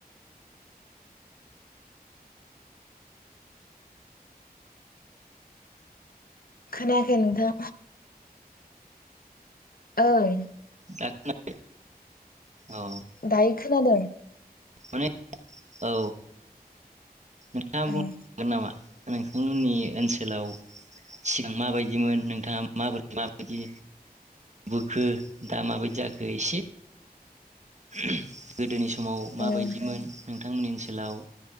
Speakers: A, on the left; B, on the right.
A: खोनायाखै नोंथांआ ओइ।
B: दाा <unintelligible> ख औ।
A: दायो खोनादों <unintelligible>
B: माने औ। मा <unintelligible>
A: ओं
B: नोंथांमोननि ओनसोलाव सिगां माबायदिमोन नोंथाङा माबोरै माबायदि बोखो दा माबायदि जाखो एसे ओम गोदोनि सम <unintelligible> माबायदिमोन
A: ओं
B: नोंथांमोननि ओनसोलाव